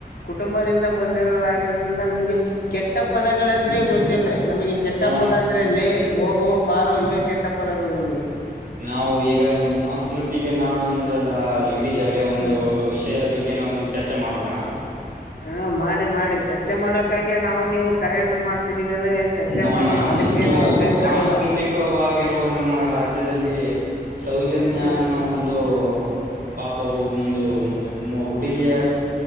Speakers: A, on the left; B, on the right.
A: ಕುಟುಂಬದಿಂದ ಬಂದಿರೋರಗರೋದ್ರಿಂದ ನಮಗೆ. ಕೆಟ್ಟ ಪದಗಳಂದ್ರೆ ಗೊತ್ತಿಲ್ಲ ನಮಗೆ ಕೆಟ್ಟ
B: ಹ
A: ಪದ. ಅಂದ್ರೆ ಲೇ ಹೋಗೋ ಬಾರೋ ಇವ ಕೆಟ್ಟ ಪದಗಳು ನಮ್ಗೆ.
B: ನಾವು ಈಗ ನೀವು ಸಾಂಸ್ಕೃತಿಕ ನಾಡು ಅಂದ್ರಲ್ಲ ಯೋಗೀಶ್ <unintelligible> <unintelligible> ಒಂದು
A: ಹ್ಮ್
B: ವಿಷಯದ ಬಗ್ಗೆ ನಾವು ಚರ್ಚೆ ಮಾಡೋಣ.
A: ಹಾ ಮಾಡಿ ಮಾಡಿ ಚರ್ಚೆ ಮಾಡೋಕ್ಕಾಗೆ ನಾವು ನೀವು ಕರೆಯನ್ನು ಮಾಡ್ತಿದ್ದೀವಿ ಅಂದ್ರೆ. ಚರ್ಚೆ
B: ನಮ್ಮ
A: ಮಾಡೋಣ ಅದಕ್ಕೇನು
B: ಇಷ್ಟು
A: ಅಭ್ಯಂತರವಿಲ್ಲ
B: ಸಾಂಸ್ಕೃತಿಕವಾಗಿರುವ ನಮ್ಮ ರಾಜ್ಯದಲ್ಲಿ. ಸೌಜನ್ಯ
A: ಹ್ಮ
B: ಅನ್ನು ಒಂದು. ಪಾಪವು ಒಂದು ಮು ಮು ಹುಡುಗಿಯ